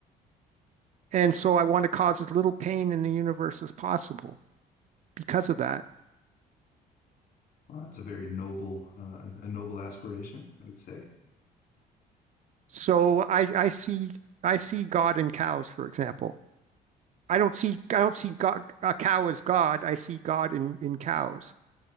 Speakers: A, on the right; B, on the left.
A: and so I want to cause as little pain in the universe as possible because of that.
B: Uh, it's a very noble, uh, a noble aspiration, I would say.
A: So I I see I see God in cows, for example. I don't see I don't see God, a cow as God. I see God in in cows